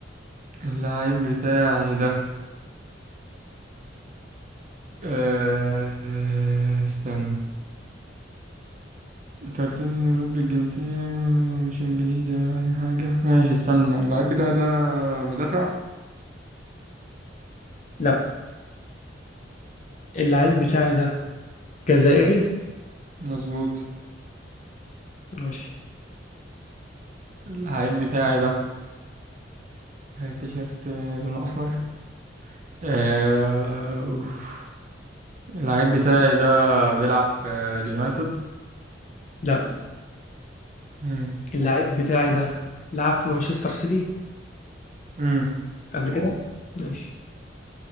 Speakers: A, on the right; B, on the left.
A: اللعيب بتاعي ده آه، آه، استنى انت قلت لي أوروبي الجنسية مش إنجليزي ولا أي حاجة ماشي استنى اللعيب بتاعي ده مدافع
B: لا اللعيب بتاعي ده جزائري
A: مظبوط
B: ماشي
A: العيب بتاعي ده آه، تيشيرت آه، لونه أحمر آه، أوف. اللعيب بتاعي ده بيلعب في آه، اليونايتد
B: لا
A: مم.
B: اللعيب بتاعي ده لعب في مانشستر سيتي
A: مم.
B: قبل كده ماشي